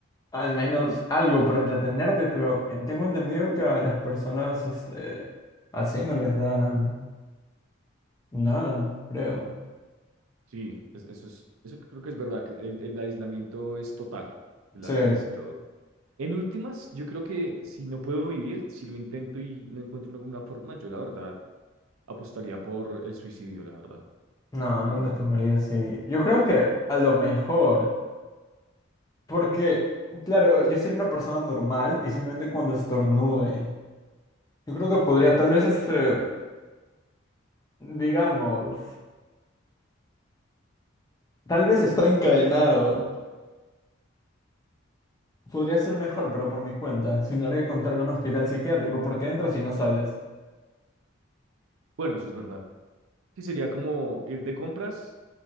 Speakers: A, on the left; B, on the right.
A: al menos algo para entretenerte, pero en- tengo entendido que a las personas este, así no les dan nada, creo.
B: Sí, es- eso es, eso creo que es verdad, que el, el aislamiento es total, las
A: Sí,
B: redes y todo. En últimas, yo creo que si no puedo vivir, si lo intento y no encuentro ninguna forma, yo la verdad apostaría por el suicidio, la verdad.
A: no, no
B: No,
A: me lo tomaría así. Yo creo que a lo mejor, porque, claro, yo sería una persona normal y simplemente cuando estornude. Yo creo que podría, tal vez, este, digamos, tal vez estar encadenado. Podría ser mejor, pero por mi cuenta, sin tener que contar en un hospital psiquiátrico porque entras y no sales.
B: bueno, eso es verdad. Sí, sería como ir de compras,